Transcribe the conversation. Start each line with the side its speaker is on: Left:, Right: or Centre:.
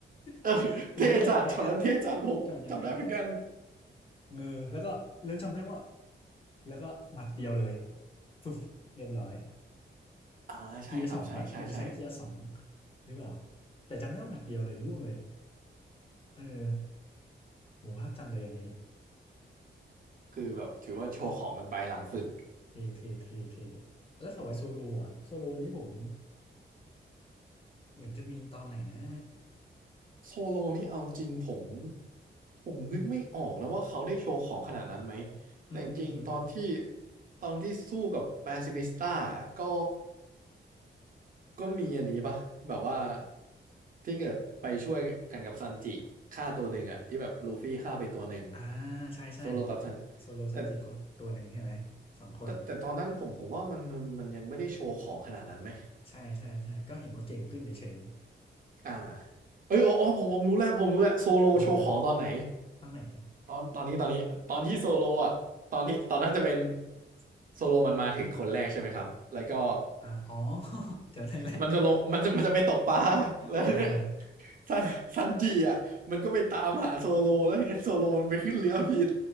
Right: เอ
Left: <laughs>
Right: <laughs> อเทจัดช็อตนั้นเทจัดผมจำได้เหมือนกัน
Left: อู้ยังแอคอ่ะช็อตยังแอคอ่ะเออแล้วก็แล้วจำได้ว่าแล้วก็หมัดเดียวเลยฟึบเรียบร้อย
Right: อ่าใช่ครับใช่ใช่ใช่
Left: เกียร์สองมั้งเหมือนจะใช้เกียร์สองมั้งหรือเปล่าแต่จำได้ว่าหมัดเดียวเลยล่วงเลยอะเออ โหภาพจำเลยอันนี้
Right: คือแบบถือว่าโชว์ของกันไปหลังฝึก
Left: เท่เท่เท่เท่แล้วสวายโซโลอะโซโลนี้ผมเหมือนจะมีตอนไหนนะ
Right: โซโลนี่เอาจริงผมผมนึกไม่ออกนะว่าเขาได้โชว์ของขนาดนั้นไหม
Left: อือหืออือหือ
Right: แต่จริงตอนที่ตอนที่สู้กับแปซิฟิสต้าก็ก็มีอันนี้ปะแบบว่าที่เกิดไปช่วยกันกับซันจิฆ่าตัวหนึ่งอะที่แบบลูฟี่ฆ่าไปตัวหนึ่ง
Left: อ่าใช่ใช่
Right: โซโลกับซัน
Left: โซโลซันจิเขาตัวหนึ่งใช่ไหมสองคน
Right: แต่แต่แต่ตอนนั้นผมผมว่ามันมันมันยังไม่ได้โชว์ของขนาดนั้นไหม
Left: ใช่ใช่ใช่ก็เห็นว่าเก่งขึ้นเฉย
Right: อ่าเอ้ยอ๋ออ๋อผมผมรู้แล้วผมรู้แล้วโซโลโชว์ของตอนไหน
Left: ๆอ่าอ่าตอนไหน
Right: ตอนตอนนี้ตอนนี้ตอนที่โซโลอ่ะตอนที่ตอนนั้นจะเป็นโซโลมันมาถึงคนแรกใช่ไหมครับแล้วก็
Left: อ่าอ๋อ <laughs> จำได้แล้ว
Right: มันจะลงมันจะมันจะไปตกปลา <laughs> แล้วทีเนี้ย
Left: อ่า
Right: ซันซันจิอ่ะมันก็ไปตามหาโซโลแล้วทีเนี้ยโซโลมันไปขึ้นเรือผิด